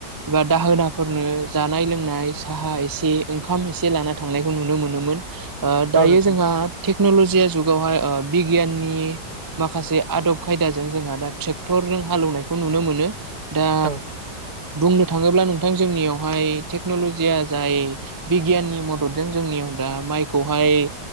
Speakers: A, on the right; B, on the right.
A: एबा दाहोनाफोरनो जानाय लोंनाय साहा एसे ओंखाम एस से लाना थांनायखौ नुनो मोनोमोन। ओ दायो
B: औ नोंथां
A: जोंहा टेक्न'लजिया जुगावहाय ओ बिगियाननि माखासे आदब खायदाजों जोंहा दा ट्रेक्टरजों हालौवनायखौ नुनो मोनो। दा
B: औ
A: बुंनो थाङोब्ला नोंथां जोंनियावहाय टेक्न'लजिया जाय बिगियाननि मददजों जोंनियाव दा माइखौहाय